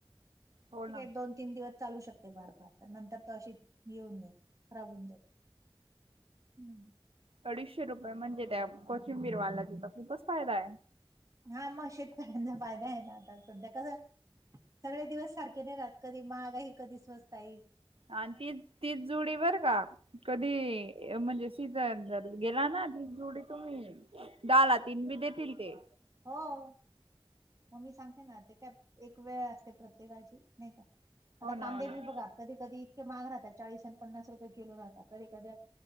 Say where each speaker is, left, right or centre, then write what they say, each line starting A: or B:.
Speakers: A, on the right; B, on the right.
A: हो
B: टी काय
A: ना
B: दोन तीन दिवस चालू शकते फार फार तर नंतर त अशी हे होऊन जाते खराब होऊन जात हम्म
A: अडीचशे रुपये म्हणजे त्या कोथंबीर वाल्याचा त खूपच फायदाय.
B: हा म शेतकऱ्यांचा फायदा हाय ना आता सध्या कस सगळे दिवस सारखे नाही राहात कधी महागही कधी स्वस्ताई
A: आणि तीच तीच जुडी बरका कधी म्हणजे सीजन जर गेला ना तीच जुडी तुम्ही दहाला तीन बी देतील ते
B: हो. मग मी सांगते ना, ते काय एक वेळ असते प्रत्येकाची, नाही का? आता
A: हो ना
B: कांदे
A: हो ना
B: बी बघा, कधी कधी इतके महाग राहतात, चाळीस आणि पन्नास रुपये किलो राहतात, कधी कधी